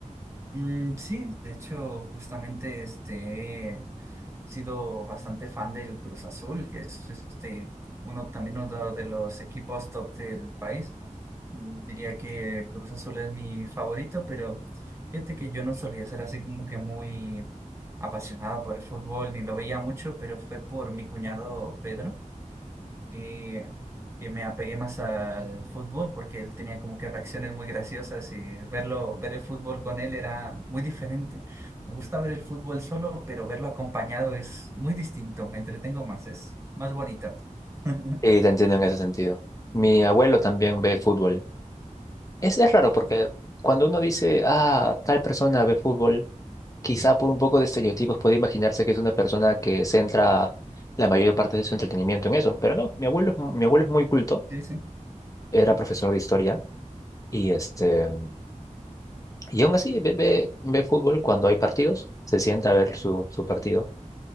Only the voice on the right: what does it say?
mm, sí, de hecho, justamente este, sido bastante fan del Cruz Azul, que es este uno también uno de los equipos top del país. Mm, Diría que Cruz Azul es mi favorito, pero fíjate que yo no solía ser así como que muy apasionado por el fútbol, ni lo veía mucho, pero fue por mi cuñado Pedro que, que me apegué más al fútbol porque él tenía como que reacciones muy graciosas y verlo, ver el fútbol con él era muy diferente. Me gusta ver el fútbol solo, pero verlo acompañado es muy distinto, me entretengo más, es más bonito. <laughs>
Sí, sí.